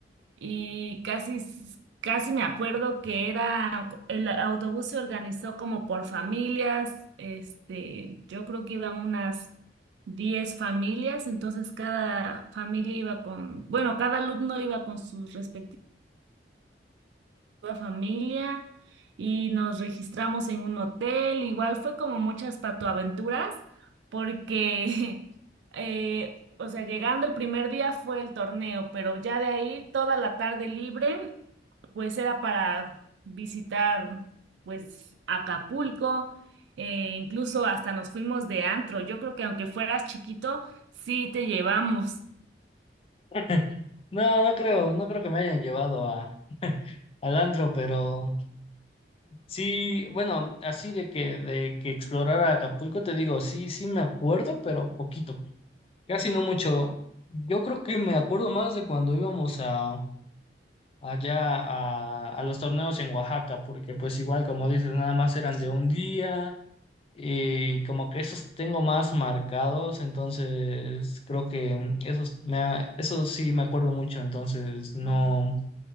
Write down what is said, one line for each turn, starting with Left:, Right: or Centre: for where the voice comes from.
Right: y casi, s- casi me acuerdo que era, el autobús se organizó como por familias, este, yo creo que iban unas 10 familias, entonces cada familia iba con, bueno, cada alumno iba con sus respectivos toda familia y nos registramos en un hotel. Igual fue como muchas patoaventuras porque, <laughs> eh, o sea, llegando el primer día fue el torneo, pero ya de ahí toda la tarde libre, pues era para visitar, pues, Acapulco. eh, incluso hasta nos fuimos de antro. Yo creo que aunque fueras chiquito, sí te llevamos.
Left: <laughs> No, no creo, no creo que me hayan llevado a, <laughs> al antro, pero sí, bueno, así de que, de que explorara Acapulco, te digo, sí, sí me acuerdo, pero poquito, casi no mucho. Yo creo que me acuerdo más de cuando íbamos a, allá a, a los torneos en Oaxaca, porque pues igual como dices, nada más eran de un día y como que esos tengo más marcados, entonces creo que mm, esos, me, ha- esos sí me acuerdo mucho, entonces no,